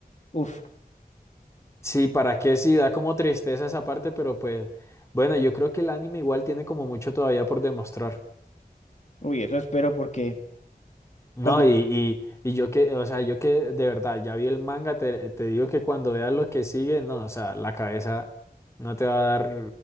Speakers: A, on the left; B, on the left.
A: Uf,
B: Sí, ¿para qué? Sí, da como tristeza esa parte, pero pues bueno, yo creo que el anime igual tiene como mucho todavía por demostrar.
A: uy, eso espero porque
B: No,
A: cuando
B: y, y, y yo que, o sea, yo que de verdad ya vi el manga, te, te digo que cuando veas lo que sigue, no, o sea, la cabeza no te va a dar,